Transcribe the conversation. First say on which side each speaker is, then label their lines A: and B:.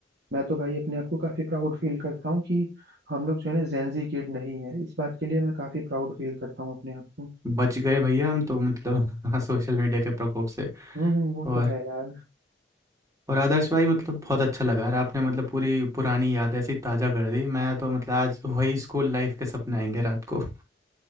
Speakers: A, on the right; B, on the right.
A: मैं तो भाई अपने आप को काफी प्राउड फील करता हूँ कि हम लोग जो है ना जेंजी किड नहीं है इस बात के लिए मैं काफी प्राउड फील करता हूँ अपने आप को
B: बच गए भैया हम तो मतलब <laughs> सोशल मीडिया के प्रकोप से
A: हम्म हम्म, वो
B: और
A: तो है यार
B: और आदर्श भाई मतलब बहुत अच्छा लगा यार आपने मतलब पूरी पुरानी याद ऐसी ताज़ा कर दी मैं तो मतलब आज वही स्कूल लाइफ के सपने आएंगे रात को